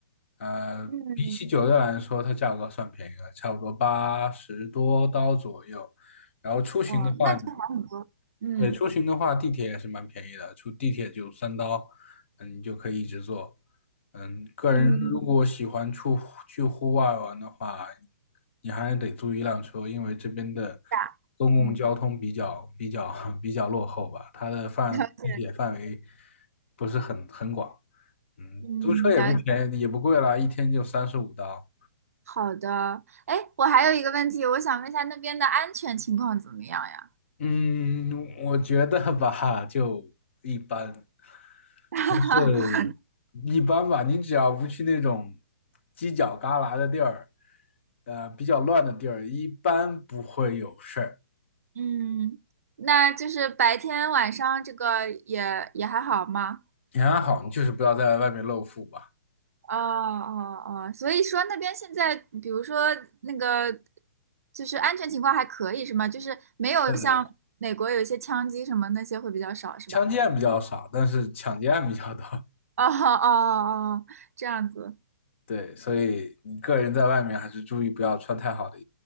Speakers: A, on the left (about 50°); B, on the right (about 65°).
A: 呃，
B: 嗯，
A: 比起酒店来说，
B: 嗯
A: 它价格算便宜了，差不多八十多刀左右。然后出行的话，
B: 哦，那就好很多，
A: 你
B: 嗯。
A: 对，出行的话，地铁也是蛮便宜的，出地铁就三刀，嗯，你就可以一直坐。嗯，个人如果喜欢出去户外玩的话，
B: 嗯，
A: 你还得租一辆车，因为这边的
B: 大嗯
A: 公共交通比较比较 <laughs> 比较落后吧，它的范地铁范围
B: <laughs>，了解，
A: 不是很很广。嗯，
B: 嗯，
A: 租车也不便宜，
B: 了解。
A: 也不贵啦，一天就三十五刀。
B: 好的，哎，我还有一个问题，我想问一下那边的安全情况怎么样呀？
A: 嗯，我觉得吧，就一般。
B: <laughs>
A: 不是一般吧，你只要不去那种犄角旮旯的地儿，呃，比较乱的地儿，一般不会有事儿。
B: 嗯，那就是白天晚上这个也也还好吗？
A: 你还好，你就是不要在外面露富吧。
B: 哦哦哦，所以说那边现在，比如说那个，就是安全情况还可以是吗？就是没有像美国有一些枪击什么那些会比较少是吧？
A: 呃，枪击案比较少，但是抢劫案比较多。
B: 哦哦哦，哦这样子，
A: 对，所以你个人在外面还是注意不要穿太好的，